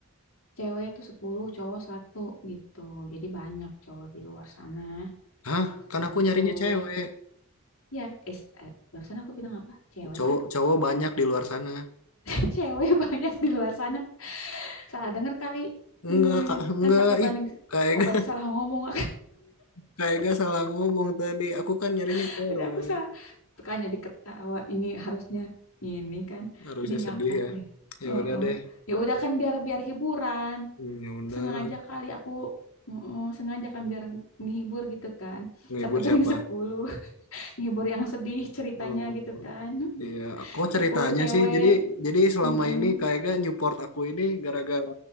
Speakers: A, on the left; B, on the left.
A: cewek tuh 10 cowok satu gitu. Jadi banyak cowok di luar sana.
B: Hah?
A: Santuy.
B: Kan aku nyarinya cewek.
A: Ya, es, eh, barusan aku bilang apa? Cewek
B: Cowok,
A: kan?
B: cowok banyak di luar sana.
A: <laughs> Cewek banyak di luar sana. Salah denger kali.
B: Enggak,
A: Eh,
B: Kak. Enggak.
A: kan satu banding,
B: Ih, kayak
A: oh berarti
B: gak,
A: salah ngomong.
B: kayak gak <laughs> salah ngomong tadi. Aku kan nyarinya
A: <laughs>
B: cewek.
A: Berarti aku salah. Suka jadi ketawa. Ini harusnya ini kan.
B: Harusnya
A: Jadi ngakak
B: sedih ya.
A: deh.
B: Ya
A: Heeh.
B: udah deh.
A: Ya udah kan biar biar hiburan.
B: Hmm, Ya udah.
A: Sengaja kali aku Heeh, sengaja kan biar nghibur gitu kan.
B: Ngehibur
A: Satu banding
B: siapa?
A: <laughs> sepuluh. Menghibur yang sedih ceritanya
B: Oh,
A: gitu kan.
B: iya, kok
A: Sepuluh
B: ceritanya
A: cewek.
B: sih? Jadi, jadi selama
A: Mm-mm.
B: ini kayaknya Newport aku ini gara-gara